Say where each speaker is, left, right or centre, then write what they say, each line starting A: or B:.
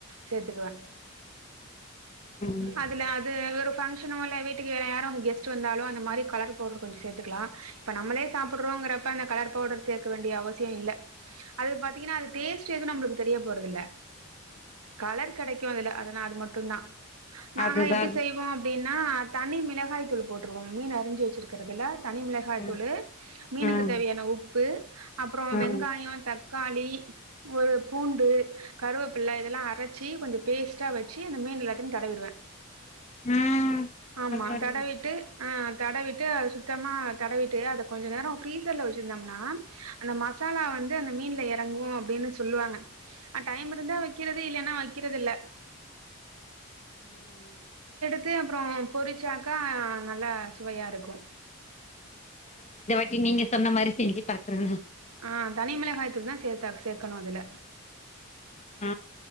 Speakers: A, on the right (about 80°); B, on the left (about 30°).
A: சேத்துக்குவேன்
B: ம்
A: அதுல அது ஒரு பங்ஷன் வீட்டுக்கு யாரும் கெஸ்ட் யார் வந்தாலும் அந்த மாரி கலர் பவுடர் கொஞ்சம் செத்துக்கலாம் இப்ப நம்மளே சாப்புர்ரொம்ங்றப்ப அந்த கலர்பவுடர் சேக்கவேண்டிய அவசி இல்ல அது பாத்தீங்கன்னா அதுடேஸ்ட் எதுவும் நம்மளுக்கு தெரிய போறதில்ல கலர் கெடைக்கும் அதுல அதனா அது மட்டும் தான் நாங்க
B: அதுதா
A: எப்டி செய்வோம் அப்டின் நா தண்ணி மிளகாய் தூள் போட்டுருவோம் மீன் அரிஞ்சு வச்சிருக்கறிறதுல்ல தனி மிளகாய் தூளு
B: ம்
A: மீனுக்கு
B: ம்
A: தேவையான உப் ப்பு அப்புறம் வெங்காயம்
B: ம்
A: தக் க்காளி ஒரு பூண்டு கருவேப்பிலை இதெல்லாம் அரைச்சு கொஞ்சம் பேஸ்ட்டா வச்சு அந்த மீன் எல்லாத்தையும் தடவிடுவே
B: ம்
A: ஆமா
B: பரவால்ல
A: தடவிட்டு ஹன் தடவிட்டு அத சுத்தமாக தடவிட்டு அத கொஞ்சம் நேரம் ஃப்ரீசல வச்சுருந்தோம்னா அந்த மசாலா வந்து அந்த மீன்ல இறங்கு அப்படின்னு சொல்லுவாங்க அ டைம் இருந்தா வைக்கிறது இல்லலைன்னா வைக்கிறது இல்ல
B: ம்
A: இது அப்புறம் பொரிச்சாக்கா நல்லா சுவையா இருக்கும்
B: கே நீங்க சொன்ன மாரி செஞ்சு பாக்குறங்க
A: ஆ தனி மிளகாயத்தூள் தான் சேர்த்தா சேர்க்கணும் அதுல
B: ஆ